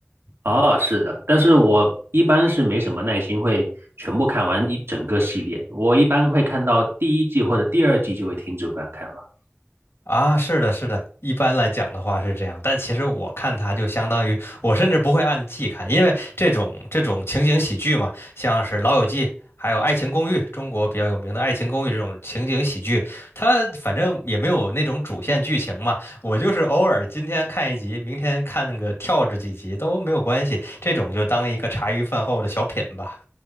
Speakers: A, on the right (about 85°); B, on the left (about 85°).
A: 哦，是的，但是我一般是没什么耐心，会全部看完一整个系列。我一般会看到第一季或者第二季就会停止观看了。
B: 啊，是的，是的，一般来讲的话是这样，但其实我看它就相当于我甚至不会按季看，因为这种这种情景喜剧嘛，像是《老友记》还有《爱情公寓》，中国比较有名的《爱情公寓》这种情景喜剧，它反正也没有那种主线剧情嘛，我就是偶尔今天看一集，明天看那个跳着几集都没有关系，这种就当一个茶余饭后的小品吧。